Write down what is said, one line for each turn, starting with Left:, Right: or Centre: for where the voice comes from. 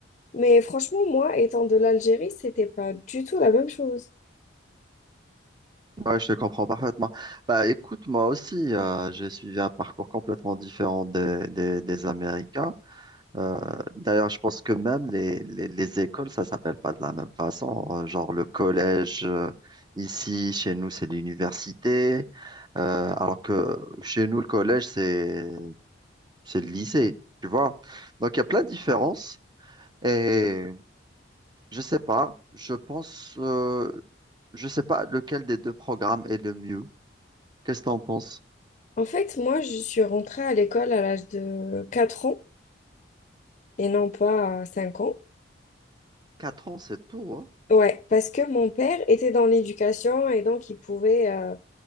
Left: Mais franchement, moi, étant de l'Algérie, c'était pas du tout la même chose.
Right: Ouais, je te comprends parfaitement. Bah écoute, moi aussi, euh, j'ai suivi un parcours complètement différent des, des, des Américains. Euh, d'ailleurs, je pense que même les, les, les écoles, ça s'appelle pas de la même façon. Euh, Genre le collège, euh, ici, chez nous, c'est l'université. Euh, alors que chez nous, le collège, c'est, c'est le lycée, tu vois. Donc il y a plein de différences. et Je sais pas. Je pense, euh, je sais pas lequel des deux programmes est le mieux. Qu'est-ce que t'en penses?
Left: En fait, moi, je suis rentrée à l'école à l'âge de 4 ans et non pas à 5 ans.
Right: Quatre ans, c'est tout, hein?
Left: Ouais, parce que mon père était dans l'éducation et donc il pouvait euh,